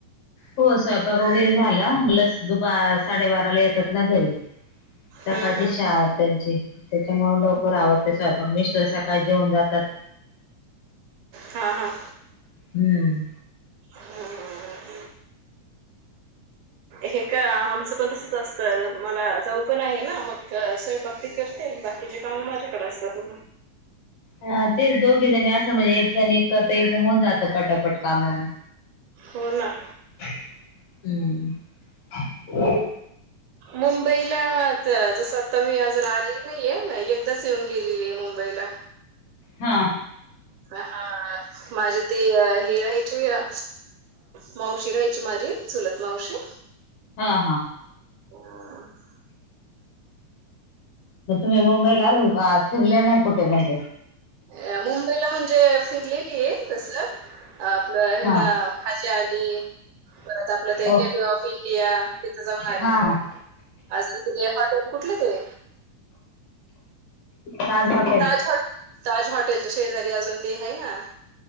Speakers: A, on the left; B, on the right.
A: हो स्वयंपाक वगैरे झाला, मुलं दुपा साडेबाराला येतात ना घरी. सकाळची
B: हम्म हम्म
A: शाळा त्यांची त्यांच्यामुळे लवकर आवरते स्वयंपाक मिस्टर सकाळीच जेवून जातात.
B: हा हा.
A: हम्म.
B: हम्म हे का आमचं पण तसंच असतं मला जाऊ पण आहे ना मग. तर स्वयंपाक ती करते, बाकीची कामं माझ्याकडे असतात म.
A: ह तेच दोघी जण असं म्हणजे एक जण एक करत एकजण होऊन जातं पटापट काम म.
B: हो ना
A: हम्म.
B: मुंबईला जसं आता मी अजून आलेली नाहीये, आताच येऊन गेलेली आहे मुंबईला.
A: हा.
B: हा माझे ते हे राहायचे अ मावशी राहायची माझी चुलत मावशी.
A: हा हा.
B: <inaudible>
A: मग तुम्ही मुंबईला आजून का फिरल्या नाही कुठे म्हणजे?
B: अ मुंबईला म्हणजे फिरलेली आहे तसं. आपलं ह्याला
A: हा
B: हजी आली परत आपलं ते
A: ओ
B: गेटवे ऑफ इंडिया तिथं जाऊन आलेली
A: हा हा
B: आहे. <unintelligible> कुठलं ते
A: ताज हाॅटे
B: हाॅट.. ताज हॉटेलच्या शेजारी अजून ते आहे ना.